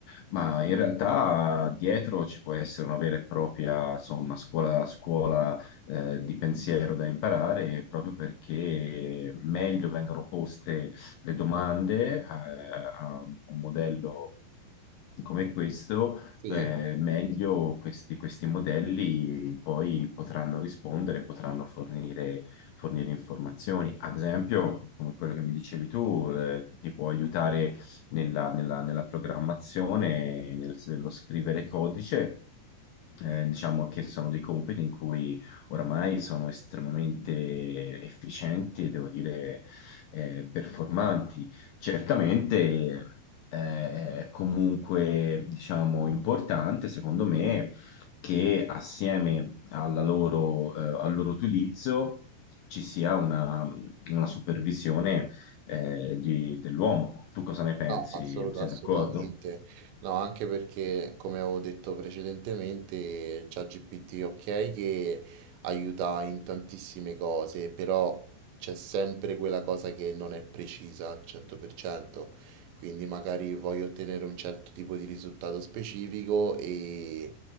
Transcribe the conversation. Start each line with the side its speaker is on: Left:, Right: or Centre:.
Left: ma in realtà dietro ci può essere una vera e propria, insomma, scuola, scuola eh, di pensiero da imparare, proprio perché meglio vengono poste le domande eh, a un modello come questo,
Right: Sì.
Left: eh, meglio questi, questi modelli poi potranno rispondere, potranno fornire, fornire informazioni. Ad esempio, come quello che mi dicevi tu, eh, ti può aiutare nella, nella- nella programmazione, nel- nello scrivere codice. eh, diciamo che sono dei compiti in cui oramai sono estremamente efficienti e devo dire eh, performanti Certamente eh, è comunque, diciamo, importante, secondo me, che assieme alla loro, eh, al loro utilizzo ci sia una, una supervisione eh, di- dell'uomo. Tu cosa ne pensi?
Right: No, assolut-
Left: Sei
Right: assolutamente.
Left: d'accordo?
Right: No, anche perché, come avevo detto precedentemente, ChatGPT ok che aiuta in tantissime cose, però c'è sempre quella cosa che non è precisa al 100%. Quindi magari voglio ottenere un certo tipo di risultato specifico e